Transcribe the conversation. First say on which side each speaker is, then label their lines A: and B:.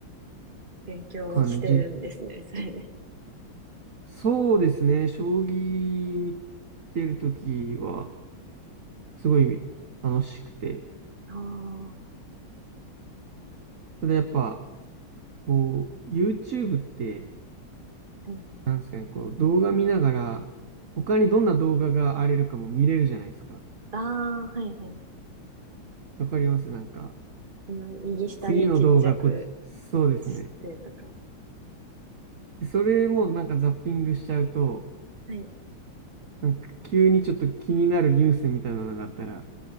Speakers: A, on the right; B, on the right.
A: 勉強してるんですね、
B: 感じ。
A: それで。
B: そうですね、将棋見てる時は、すごい楽しくて、
A: ああ、は
B: ただやっぱ、こう、YouTube って、
A: い。
B: なんですかね、こう動画見ながら、他にどんな動画があれるかも見れるじゃないですか。
A: ああ、はい、はい。
B: わかりますなんか、
A: その右下にちっちゃく
B: 次の動画こっち、そうですね。
A: してとか。
B: で、それもなんかザッピングしちゃうと、
A: はい。
B: なんか急にちょっと気になるニュースみたいなのがあったら、